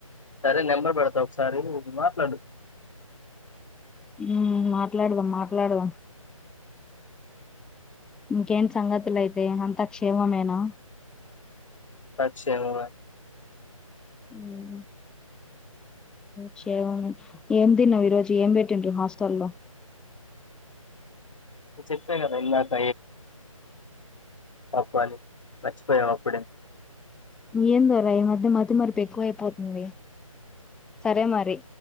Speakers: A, on the left (about 60°); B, in the centre.
A: సరే నెంబర్ పెడతా ఒకసారి నువ్వు మాట్లాడు
B: మ్ మాట్లాడదం మాట్లాడదం ఇంకేంటి సంగతులు అయితే అంతా క్షేమమేనా
A: ఖచ్చితంగా
B: ఉమ్ క్షేమమే ఏం తిన్నావ్ ఈ రోజు ఏం పెట్టిండు హాస్టల్ల్లో
A: చెప్పాను కదా ఇందాక పప్పు అని మర్చిపోయావు అప్పుడే
B: ఏందో రా ఈ మధ్య మతి మరపు ఎక్కువ అయిపోతుంది సరే మరి